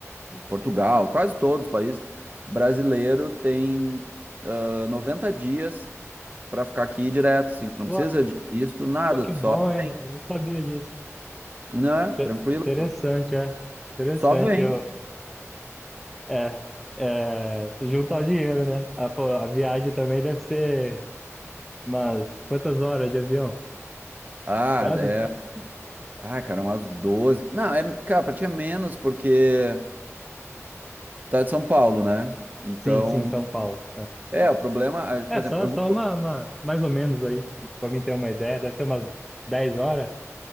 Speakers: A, on the right; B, in the centre.
A: Portugal, quase todos os países, brasileiro tem ah, 90 dias para ficar aqui direto, assim. Tu não
B: Pô,
A: precisa de visto, nada,
B: Pô, que
A: tu
B: bom,
A: só
B: hein?
A: vem,
B: Eu não sabia disso.
A: né?
B: Te-
A: Tranquilo,
B: Interessante, é. Interessante.
A: só vem.
B: Eu, é, é, juntar o dinheiro, né? Ah, pô, a viagem também deve ser umas quantas horas de avião,
A: Ah,
B: sabe?
A: é. Ah, cara, umas 12. Não, é, cara, pra ti é menos porque tá de São Paulo, né? Então,
B: Sim, sim, São Paulo. É,
A: é, o problema, ah, por
B: É,
A: exemplo,
B: só,
A: eu
B: só
A: vou,
B: uma, uma- mais ou menos aí, pra mim ter uma ideia. Deve ser umas 10 horas